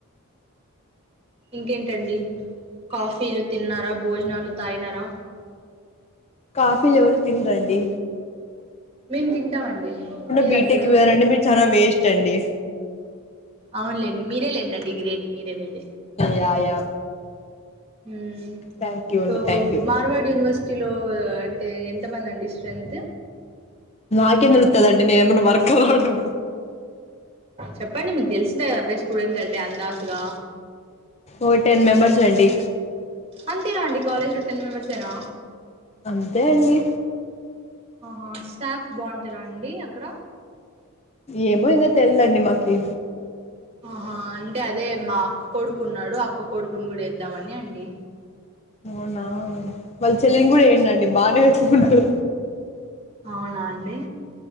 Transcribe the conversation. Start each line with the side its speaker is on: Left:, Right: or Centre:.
Right: ఇంకేంటండి కాఫీలు తిన్నారా భోజనాలు తాయినారా
Left: కాఫీలు ఎవరు తిన్నారు అండి
Right: మేము తింటామండి మీరు
Left: బీటెక్
Right: అట్లేద
Left: పోయారంటే మీరు చాలా వేస్ట్ అండి
Right: అవునులేండి మీరే లేండండి గ్రేట్ మీరే మీరే
Left: yeah yeah
Right: um
Left: thank you
Right: so
Left: అండి థ్యాంక్ యూ
Right: మార్వాడి యూనివర్సిటీలో అంటే ఎంతమంది అండి శ్రద్ధ
Left: నాకేం తెలుస్తది అండి నేనేమన్నా వర్కర్ దాన
Right: చెప్పండి మీకు తెలిసిందా కదా బెస్ట్ స్టూడెంట్ అంటే అందాస్గా
Left: ఓ టెన్ మెంబర్స్ అండి
Right: అంతేనా అండి కాలేజ్ లో టెన్ మెంబెర్స్ ఏనా
Left: అంతే అండి
Right: ఆహా సాాఫ్ బాగుంటారా అండి అక్కడ
Left: ఏమో ఇంకా తెల్దండి మాకి
Right: ఆహా అంటే అదే మా అక్క కొడుకున్నాడు అక్క కొడుకుని కూడా వేద్దామని అండి
Left: అవునా వాళ్ళ చెల్లిని కూడా ఏండండి బానే ఎత్తుకుంటాడు
Right: అవునా అండి